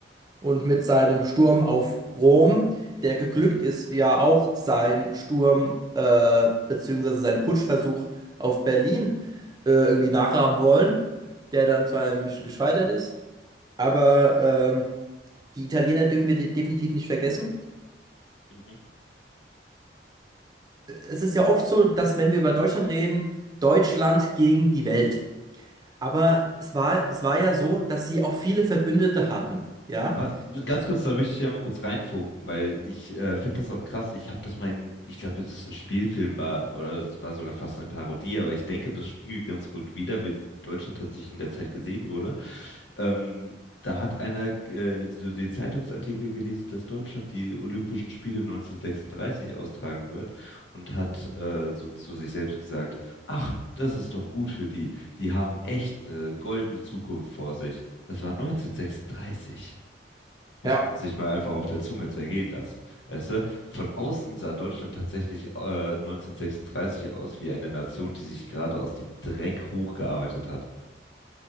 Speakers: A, on the right (about 20°); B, on the left (about 80°).
A: und mit seinem Sturm auf Rom, der geglückt ist, ja auch sein Sturm äh, beziehungsweise sein Putschversuch auf Berlin äh, irgendwie nachahmen wollen, der dann zwar in München gescheitert ist, aber ähm, die Italiener dürfen wir de- definitiv nicht vergessen.
B: Mhm.
A: Es ist ja oft so, dass wenn wir über Deutschland reden, Deutschland gegen die Welt. Aber es war, es war ja so, dass sie auch viele Verbündete hatten. Ja,
B: Ah, Ganz kurz, da möchte ich ja mal kurz reinfunken, weil ich äh, finde das auch krass. Ich habe das mal in, ich glaube, es ist ein Spielfilm war oder es war sogar fast eine Parodie, aber ich denke, das spiegelt ganz gut wider, wie Deutschland tatsächlich in der Zeit gesehen wurde. Ähm, da hat einer äh, so den Zeitungsartikel gelesen, dass Deutschland die Olympischen Spiele 1936 austragen wird und hat äh, so zu sich selbst gesagt, ach, das ist doch gut für die. Die haben echt eine goldene Zukunft vor sich. Das war 1936 muss
A: ja,
B: man sich mal einfach auf der Zunge zergehen lassen. Weißt du, von außen sah Deutschland tatsächlich äh, 1936 aus wie eine Nation, die sich gerade aus dem Dreck hochgearbeitet hat.